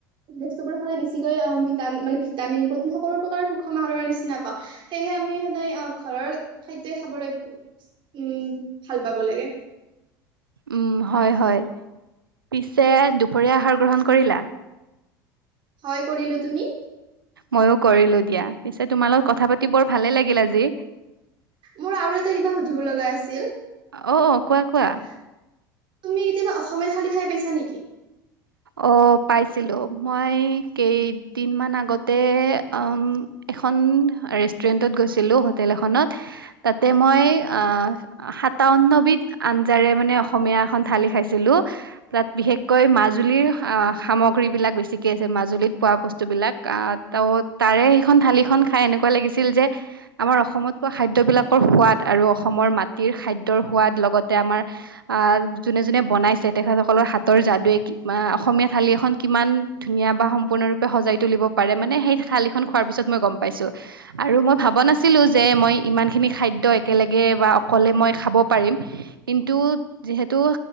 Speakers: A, on the right; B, on the right.
A: বস্তুবোৰ খালে বেছিকৈ মানে ভিটামিন প্ৰ'টিন সকলো প্ৰকাৰৰ সুষম আহৰৰ নিচিনা পাওঁ, সেয়েহে আমি সদায় ঘৰৰ খাদ্যয়ই খাবলৈ উম, ভাল পাব লাগে।
B: উম, হয়, হয়, পিছে দুপৰীয়া আহাৰ গ্ৰহণ কৰিলা?
A: হয় কৰিলো, তুমি?
B: ময়ো কৰিলো দিয়া পিছে, তোমাৰ লগত কথা পাতি বৰ ভালে লাগিল আজি।
A: মোৰ আৰু এটা কিবা সুধিব লগা আছিল।
B: অ' অ' কোৱা কোৱা।
A: তুমি কেতিয়াবা অসমীয়া থালি খাই পাইছা নেকি?
B: অ', পাইছিলো মই কেইদিন মান আগতে অ', এখন ৰেষ্টুৰেন্টত গৈছিলো হোটেল এখনত তাতে মই অ সাতাৱন্নবিধ আঞ্জাৰে মানে অসমীয়া এখন থালি খাইছিলো তাত বিশেষকৈ মাছ। জুলী সামগ্ৰী বিলাক বেছিকে আছে মাজুলীত পোৱা বস্তু বিিলাক অ ত তাৰে সেইখন থঢালি খ খাই এনেকুৱা লাগিছিল যে আমাৰ অসমত পোৱা খাদ্যবিলাকৰ সোৱাদ আৰু অসমৰ মাটিৰ খাদ্যৰ সোৱাদ লগত যে আমাৰ আহ যোনে যোনে বনাইছে তেখেতসকলৰ হাতৰ যাদুৱে বা অসমীয়া থালি এখন কিমান ধুনীয়া বা সম্পূৰ্ণৰূপে সজাই তুলিব পাৰে মানে সেই থালিখন খোৱাৰ পিছত মই গম পাইছোঁ আৰু মই ভাব নাছিলোঁ যে মই ইমানখিনি খাদ্য একেলগে বা অকলে মই খাব পাৰিম কিন্তু যিহেতু